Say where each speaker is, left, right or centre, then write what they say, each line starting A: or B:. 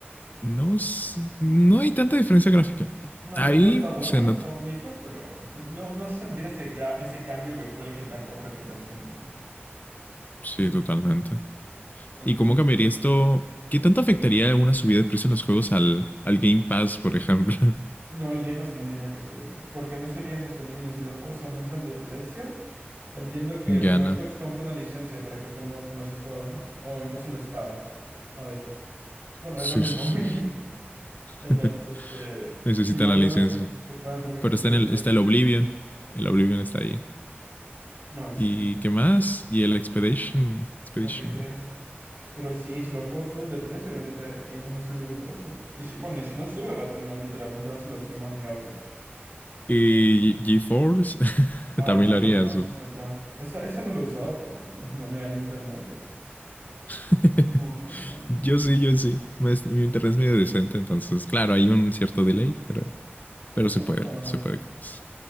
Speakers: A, on the left; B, on the right.
A: no, no hay tanta diferencia gráfica.
B: No,
A: Ahí
B: el juego está bueno,
A: se nota.
B: está bonito, pero no, no se sentir ese, gra- ese cambio que fue el GTA 4 a GTA V.
A: Sí,
B: Difí-
A: totalmente.
B: Entonces,
A: ¿Y cómo cambiaría esto? ¿Qué tanto afectaría una subida de precio en los juegos al, al Game Pass, por ejemplo?
B: no, el Game Pass también tenía que subir, porque no sería sostenible si los juegos aumentan de precio. Entiendo que,
A: <laughs>
B: bueno,
A: Gana.
B: Xbox compra una licencia para que ponga poner sus juegos, ¿no? O incluso les paga a veces. Bueno,
A: Sí,
B: es lo mismo.
A: sí, sí.
B: <laughs> Game- Entonces,
A: <laughs>
B: este,
A: Necesitan
B: igual
A: la
B: van
A: licencia.
B: a, ten- van a tener
A: Pero
B: que subir
A: está en
B: el
A: el,
B: precio.
A: está el Oblivion. El Oblivion está ahí.
B: Ah, sí,
A: ¿Y qué más? Y el Expedition. Expedition.
B: treinta y tres Pero sí, si los juegos suben de precio, obviamente Game Pass va a subir de precio. Y si, bueno, y si no sube, va a tener literalmente, va a ser la opción más viable.
A: Y G- GeForce. <laughs>
B: Ah,
A: También
B: GeForce
A: lo haría
B: Now
A: su.
B: esa es otra. Esa, esa no la he usado porque no, <laughs> no me da el internet, pero
A: <laughs>
B: como opción está bien.
A: yo sí, yo sí. Me- Mi internet es medio decente, entonces, claro, hay un cierto delay, pero, pero se
B: No,
A: puede,
B: está bueno.
A: se puede con eso.